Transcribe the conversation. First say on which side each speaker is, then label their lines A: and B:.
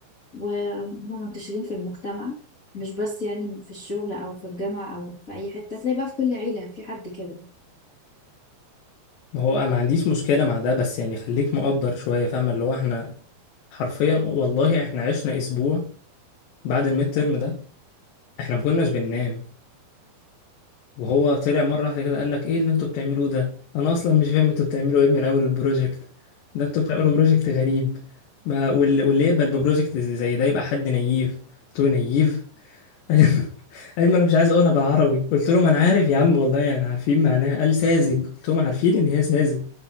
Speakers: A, on the left (about 25°); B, on the left (about 75°).
A: وهم منتشرين في المجتمع مش بس يعني في الشغل او في الجامعه او في اي حته تلاقي بقى في كل عيله في حد كده
B: ما هو ما عنديش مشكلة مع ده بس يعني خليك مقدر شوية فاهم اللي هو احنا حرفيا والله احنا عشنا اسبوع بعد الميد ترم ده احنا ما كناش بننام وهو طلع مره واحده كده قال لك ايه اللي انتوا بتعملوه ده انا اصلا مش فاهم انتوا بتعملوا ايه من اول البروجكت ده انتوا بتعملوا بروجكت غريب ما وال- واللي يقبل ببروجكت زي ده يبقى حد نييف قلت له نييف <laughs> قال قال ما انا مش عايز اقولها بالعربي قلت له ما انا عارف يا عم والله يعني عارفين معناها قال ساذج قلت لهم عارفين ان هي ساذج